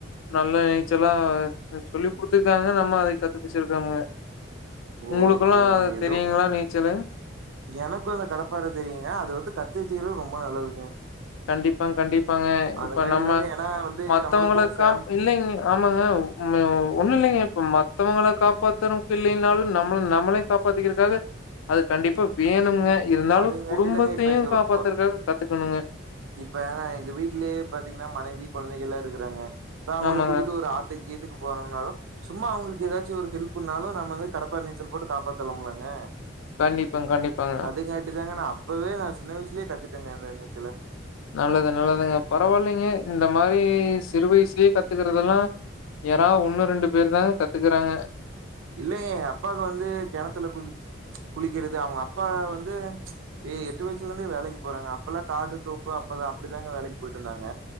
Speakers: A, on the left; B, on the right.
A: நல்ல நீச்சலா சொல்லி குடுத்துருக்காங்க நம்ம அதை கத்து பேச்சிருக்கமுங்க உங்களுக்கெல்லா
B: ஓகேங்க ஏதோ
A: தெரியுங்களா நீச்சலு
B: எனக்கு அந்த கடப்பாற தெரியுங்க அது வந்து கத்து வச்சுக்கிறது ரொம்ப நல்லதுங்க
A: கண்டிப்பாங் கண்டிப்பாங்க
B: அதுங்காட்டி
A: இப்ப நம்ம
B: தாங்க ஏன்னா வந்து
A: மத்தவங்கள
B: நம்மளுக்கும் ஃபேம்
A: காப் இல்லைங்க ஆமாங்க ம் எ ஒண்ணு இல்லைங்க இப்ப மத்தவங்கள காப்பாத்துறவுக்கு இல்லைனாலு நம்மள நம்மளே காப்பாத்தக்கிறதுக்காக அது கண்டிப்பா வேணுங்க இருந்தாலு
B: அதுங்காட்டி
A: குடும்பத்தையு
B: தாங்க இப்ப எங்க
A: காப்பாத்துறக்காக
B: ஒ
A: கத்துக்கணுங்க
B: இப்ப நா எங்க வீட்லயே பாத்தீங்கன்னா மனைவி கொழந்தைக எல்லா இருக்கிறாங்க இப்ப அவுங்கள
A: ஆமாங்க.
B: கூட்டிட்டு ஒரு ஆத் துக்கு கீத்துக்கு போனுனாலு சும்மா அவுங்களுக்கு ஏதாச்சு ஒரு ஹெல்ப்ன்னாலு நம்மத கடப்பா நீச்சல் போட்டு காப்பாத்தலாமுள்ளங்க
A: கண்டிப்பாங்க, கண்டிப்பாங்க.
B: அது கரெக்ட்டு தாங்க நா அப்பவே நா சின்ன வய்சுலயே கத்துட்டேங்க அந்த நீச்சல
A: நல்லது நல்லதுங்க பரவாயில்லைங்க இந்த மாரி சிறு வய்சுலயே கத்துக்கறதெல்லா யாரா ஒன்னு ரெண்டு பேர் தாங்க கத்துக்குறாங்க
B: இல்லைங்க எங்க அப்பாவுக்கு வந்து கெணத்துல குதுக் குளிக்கிறது அவுங்க அப்பா வந்து ஏ எட்டு வயசுல இருந்தே வேலைக்கு போறாங்க அப்ப எல்லா காடு தோப்பு அப்ப அப்டிதாங்க வேலைக்கு போய்ட்டு இருந்தாங்க